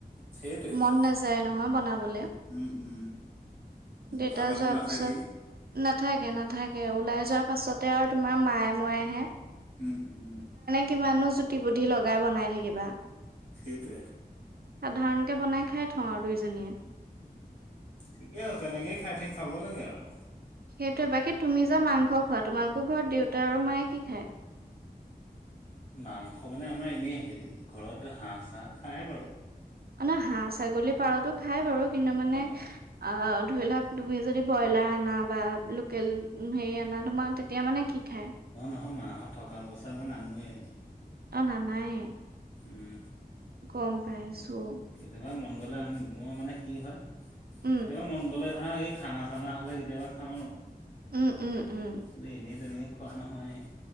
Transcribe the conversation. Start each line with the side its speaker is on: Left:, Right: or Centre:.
Left: সেইটোৱেতো
Right: মন নাযায় নহয় বনাবলে।
Left: উম, উম,
Right: দেউতা
Left: পাপাতো
Right: যোৱাৰ
Left: নাথাকেই
Right: পিছত <unintelligible> নাথাকে নাথাকে ওলাই যোৱাৰ পাছতে আৰু তোমাৰ মায়ে ময়ে আহে।
Left: উম, উম, উম।
Right: কিমানো জুটি বুদ্ধি লগাই বনাই থাকিবা।
Left: সেইটোৱে।
Right: সাধাৰণকে বনাই খাই থওঁ আৰু দুইজনীয়ে।
Left: ঠিকে আছে তেনেকে খাই থাক খাব লাগে আৰু।
Right: সেইটোয়ে বাকী তুমি যে মাংস খোৱাত। তোমালোকৰ ঘৰত দেউতা আৰু মায়ে কি খায়।
Left: মাংস মানে আমাৰ এনে হেৰি ঘৰত হাঁহ-চা খায় বাৰু।
Right: অ ন হাঁহ, ছাগলী, পাৰতো খাই বাৰু কিন্তু মানে
Left: অ'।
Right: আহ ধৰি লোৱা তুমি যদি ব্ৰইলাৰ আনা বা লোকেল হেৰি আনা তোমাৰ তেতিয়া মানে কি খায়?
Left: নহ নহয় মাহঁত থকা অৱস্থাত মই নানোৱেই।
Right: অ' নানাই।
Left: উম।
Right: গম পাইছোঁ।
Left: কেতিয়াবা মন গ'লে আমি মোৰ মানে কি হয়?
Right: উম,
Left: কেতিয়াবা মন গ'লে ধৰ এই খানা-চানা হ'লে কেতিয়াবা খাওঁ আৰু।
Right: উম, উম, উম,
Left: ব এনে তেনেকে খোৱা নহয়।